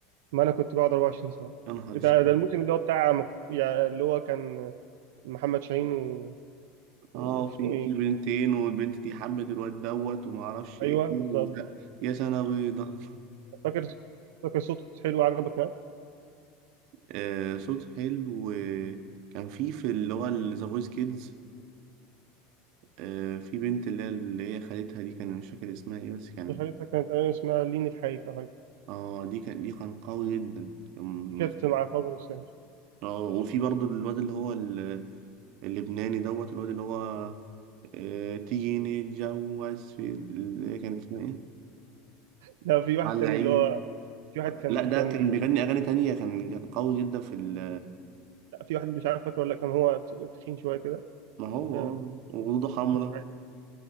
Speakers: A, on the right (about 85°); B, on the right (about 55°).
A: ما انا كنت بقعد 24 ساعه
B: يا نهار
A: ده
B: اسود
A: ده الموسم اللي هو بتاع مك- يعني اللي هو كان محمد شاهين و... واسمه
B: اه في
A: ايه
B: في بنتين والبنت دي حبت الواد دوت وما اعرفش
A: ايوه
B: ايه
A: بالظبط
B: وزق يا سنة بيضة
A: فاكر صوت- فاكر صوت حلو عجبك هناك
B: <laughs> آه صوت حلو كان في في اللي هو ذا فويس كيدز آه في بنت اللي هي اللي هي خالتها دي كان مش فاكر اسمها ايه بس كانت
A: شخصيتها كانت أيوة اسمها لين الحقيقة او حاجه
B: اه دي كان دي كان قوي جدا كان-
A: دي كانت مع فاطمه الشاهين
B: اه وفي برضو الواد اللي هو ال- اللبناني دوت الواد اللي هو آه، تيجي نتجوز في اللي هي كانت اسمها ايه؟
A: لا <laughs> في واحد
B: على
A: تاني
B: العيد
A: اللي هو في واحد كان
B: لا ده
A: كان
B: كان بيغني اغاني تانية كان كان قوي جدا في ال
A: في واحد مش عارف فاكره ولا لأ، كان هو ت- تخين شويه كده
B: ما هو
A: آه،
B: اه وخدوده حمرا
A: مش عارف